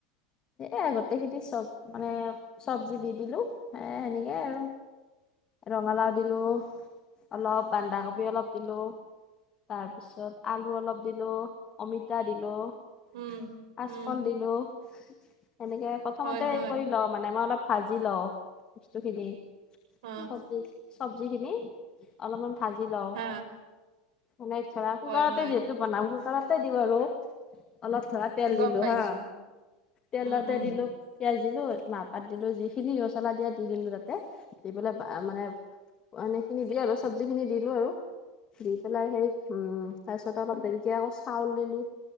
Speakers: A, on the left; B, on the right.
A: এ গোটেই খিনি চব মানে চব্জি দি দিলোঁ এ সেনেকে আৰু। ৰঙালাও দিলোঁ, অলপ বন্ধাকবি অলপ দিলোঁ। তাৰপিছত আলু অলপ দিলোঁ, অমিতা দিলোঁ।
B: উম
A: কাঁচকল
B: উম
A: দিলোঁ। সেনেকে প্ৰথমতে
B: হয় হয়
A: এই কৰি লওঁ মানে মই অলপ ভাজি লওঁ, বস্তুখিনি।
B: অ
A: চবজি চব্জি খিনি অলপমান ভাজি লওঁ।
B: হা
A: মানে ধৰা কুকাৰতে
B: হয় হয়
A: যিহেতু বনাওঁ কুকাৰতে দিওঁ আৰু। অলপ ধৰা তেল
B: গম
A: দিলোঁ
B: পাইছো
A: হা, তেলতে
B: উম উম
A: দিলোঁ পিয়াজ দিলো মাহ পাত দিলো যিখিনি ৰচনা দিয়া দি দিলো তাতে। দি পেলাই মানে পানী খিনি দিয়ে আৰু চব্জি খিনি দিলো আৰু। দি পেলাই হেৰি উম তাৰ পিছত অলপ ধেনকে আকৌ চাউল দিলো।